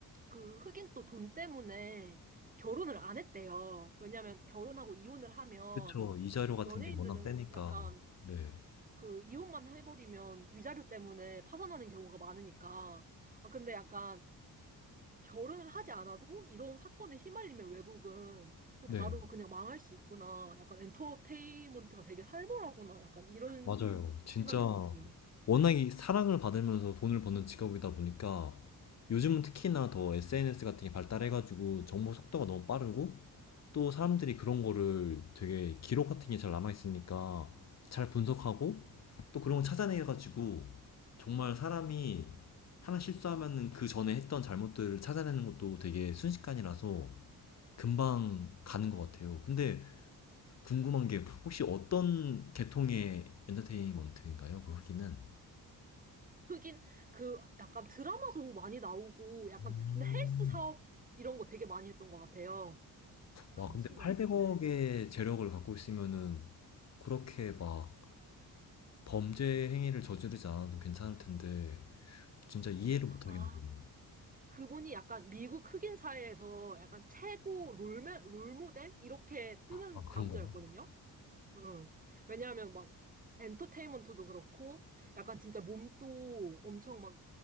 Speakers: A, on the right; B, on the left.
A: 그 흑인 또 돈 때문에 결혼을 안 했대요. 왜냐면 결혼하고 이혼을 하면
B: 그쵸. 이자료 같은
A: 연예인들은
B: 게 워낙 세니까.
A: 약간
B: 네.
A: 그 이혼만 해버리면 위자료 때문에 파산하는 경우가 많으니까. 아, 근데 약간 결혼을 하지 않아도 이런 사건에 휘말리면 외국은 또
B: 네.
A: 바로 그냥 망할 수 있구나. 약간 엔터테인먼트가 되게 살벌하구나. 약간 이런
B: 맞아요. 진짜
A: 생각이 들었어요.
B: 워낙 이 사랑을 받으면서 돈을 버는 직업이다 보니까 요즘은 특히나 더 SNS 같은 게 발달해 가지고 정보 속도가 너무 빠르고 또 사람들이 그런 거를 되게 기록 같은 게 잘 남아있으니까 잘 분석하고 또 그런 거 찾아내가지고 정말 사람이 하나 실수하면은 그 전에 했던 잘못들을 찾아내는 것도 되게 순식간이라서 금방 가는 것 같아요. 근데 궁금한 게 혹시 어떤 계통의 엔터테인먼트인가요? 그 후기는?
A: 흑인 그 약간 드라마도 많이 나오고 약간
B: 음.
A: 근데 헬스 사업 이런 거 되게 많이 했던 것 같아요. 잠시만요.
B: 와, 근데 800억의
A: 그때
B: 재력을 갖고 있으면은 그렇게 막 범죄 행위를 저지르지 않아도 괜찮을 텐데 진짜 이해를 못
A: 아
B: 하겠네요.
A: 그분이 약간 미국 흑인 사회에서 약간 최고 롤메, 롤모델? 이렇게 뜨는
B: 아, 그런가요?
A: 남자였거든요. 응. 왜냐하면 막 엔터테인먼트도 그렇고 약간 진짜 몸도 엄청 막